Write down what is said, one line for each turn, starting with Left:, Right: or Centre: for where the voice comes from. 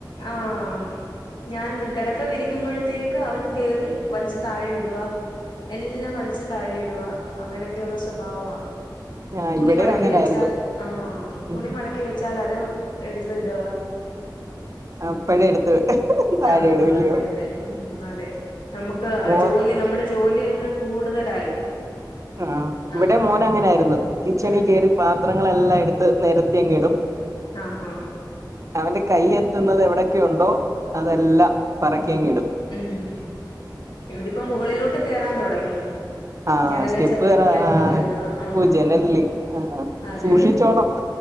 Left: ആഹ ഞാൻ കിടക്ക വിരിക്കുമ്പോഴത്തേക്ക് അവൻ കേറി വലിച്ച് താഴെ ഇടവാ എല്ലാം വലച്ച് താഴെ ഇടവാ അങ്ങനെയൊക്കെയള്ള സ്വഭാവവാ
Right: ആഹ്
Left: തുണിമടക്കി
Right: ഇവിടെ അങ്ങനായിരുന്നു
Left: വെച്ചാൽ ആ തുണിമടക്കി
Right: ഉം
Left: വെച്ചാൽ അ എടുത്ത ഇടുവാ
Right: അപ്പഴേ എടുത്ത് താഴെ
Left: ആഹ്
Right: ഇടും ഇല്ലയോ
Left: അതെ അതെ ഉം അതെ നമുക്ക്
Right: മോൻ
Left: ജോലി നമ്മുടെ ജോലി അല്ലെ കൂടുതലായി
Right: ആ് ഇവിടെ
Left: ആഹ്
Right: മോന അങ്ങനെ ആയിരുന്നു കിച്ചണിൽ
Left: ഉം
Right: കയറി
Left: ഉം
Right: പാത്രങ്ങളെല്ലാം എടുത്ത് നിരത്തി അങ്ങെ ഇടും
Left: ആഹ ആഹ
Right: അവൻന്റെ കൈ എത്തുന്നത് എവിടെയക്കെ ഉണ്ടോ അതെല്ലാം പറക്കിയങ്ങി ഇടും
Left: ഉം ഇവിടിപ്പോ മുകളിലോട്ട് കേയറാൻ തുടങ്ങി
Right: ആ
Left: ജന
Right: സ്റ്റെപ്പ്
Left: ചവിട്ട
Right: കേറാ
Left: മുകളിലോട്ട്
Right: ആ
Left: കേയറുക ആ
Right: ഓ ജനലില്
Left: അതെ
Right: സൂക്ഷിച്ചോണം
Left: അതെ